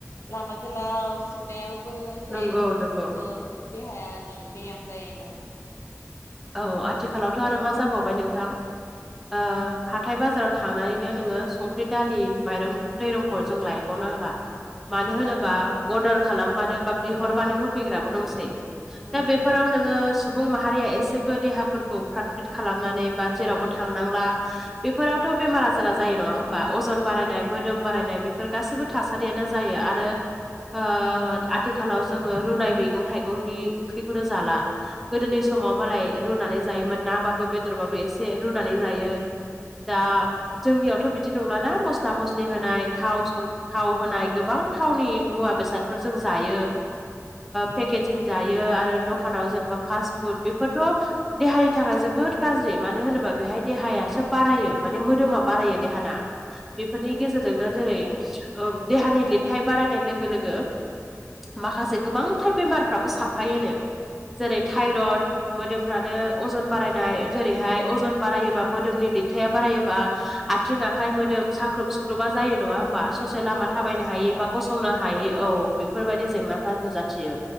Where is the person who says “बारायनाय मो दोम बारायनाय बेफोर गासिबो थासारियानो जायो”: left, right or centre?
Centre